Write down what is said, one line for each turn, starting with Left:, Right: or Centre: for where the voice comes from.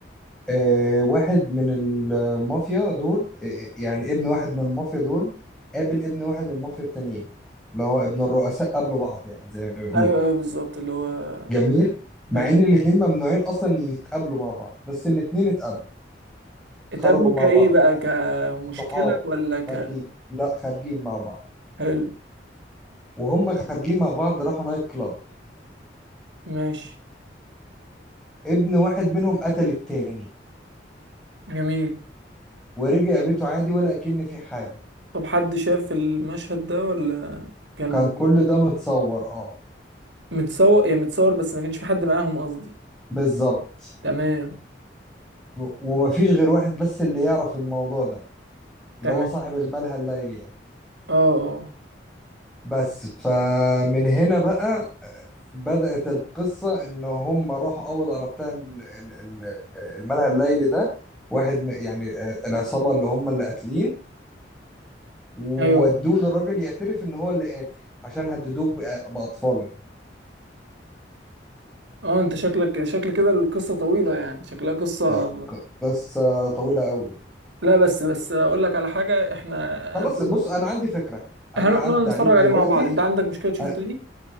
Centre: آه واحد من المافيا دول آه آه، يعني ابن واحد من المافيا دول قابل ابن واحد من المافيا التانيين اللي هو ابن الرؤساء قابلوا بعض يعني زي ما بيقولوا
Right: ايوه ايوه بالظبط اللي هو
Centre: جميل مع
Right: حلو
Centre: ان الاتنين ممنوعين اصلا يتقابلوا مع بعض بس الاتنين اتقابلوا
Right: اتقابلوا
Centre: خرجوا مع
Right: كايه
Centre: بعض
Right: بقى كمشكلة
Centre: صحاب
Right: ولا ك
Centre: خارجين لا خارجين مع بعض
Right: حلو
Centre: وهم خارجين مع بعض راحوا نايت كلاب
Right: ماشي
Centre: فابن واحد منهم قتل التاني
Right: جميل
Centre: ورجع بيته عادي ولا أكن في حاجة
Right: طب حد شاف المشهد ده ولا كانوا
Centre: كان كل ده متصور اه
Right: متصور يعني متصور بس ما كانش في حد معاهم قصدي
Centre: بالظبط
Right: تمام
Centre: و- ومفيش غير واحد بس اللي يعرف الموضوع ده اللي
Right: تمام
Centre: هو صاحب الملهى الليلي يعني
Right: اه اه
Centre: بس فمن هنا بقى بدأت القصة إن هم راحوا قبضوا على بتاع ال- ال- ال- الملهى الليلي ده واحد من- يعني آه، العصابة اللي هم اللي قاتلين وودوه
Right: ايوه
Centre: للراجل يعترف إن هو اللي قاتل عشان هددوه بأ- بأطفاله يعني
Right: اه انت شكلك شكل كده القصه طويله يعني شكلها قصه
Centre: لا ك- بس آه، طويلة قوي
Right: لا بس بس اقول لك على حاجه احنا
Centre: خلاص
Right: انا لازم
Centre: بص انا عندي فكرة انا
Right: هنقعد
Centre: هعدي
Right: نتفرج
Centre: عليك دلوقتي
Right: عليه مع بعض انت عندك مشكله تشوفه
Centre: آه،
Right: تاني